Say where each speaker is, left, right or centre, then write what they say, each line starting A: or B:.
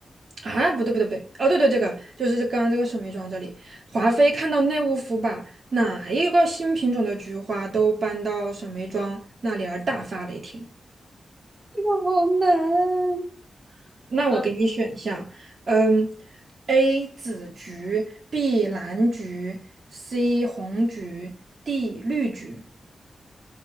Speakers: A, on the right; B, on the right.
A: 啊，不对不对不对，哦对对，这个就是刚刚这个沈眉庄这里，华妃看到内务府把哪一个新品种的菊花都搬到沈眉庄那里而大发雷霆。
B: 这个好难，
A: 那我给你选项，
B: 嗯，
A: 嗯，A 紫菊，B 蓝菊，C 红菊，D 绿菊。